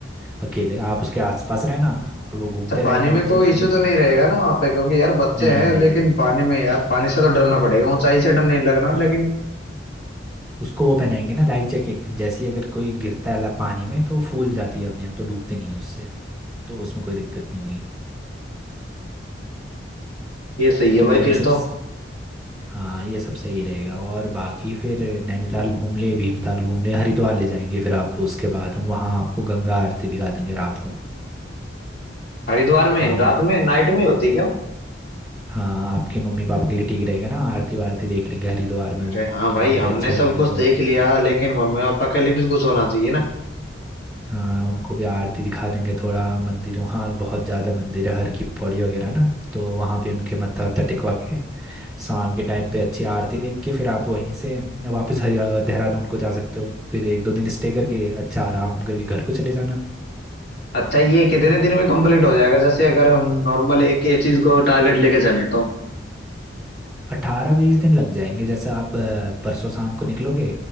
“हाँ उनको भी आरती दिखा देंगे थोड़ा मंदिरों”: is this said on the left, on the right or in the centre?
Centre